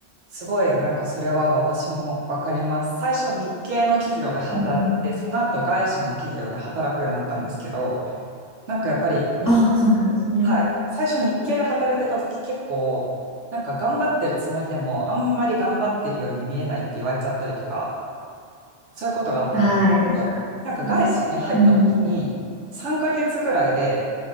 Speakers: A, on the right; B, on the left.
A: すごい、なんかそれは私もわかります。最初日系の企業で働いて、
B: うん。
A: その後外資の企業で働くようになったんですけど、なんかやっぱり日、
B: あ、そうなんですね。
A: はい、最初日系で働いてた時結構、なんか頑張ってるつもりでも、あんまり頑張ってるように見えないって言われちゃったりとか、そういうことがあったんですけど、
B: はい、よくありますね。
A: なんか外資に入った時に、
B: うん。
A: 3ヶ月ぐらいで、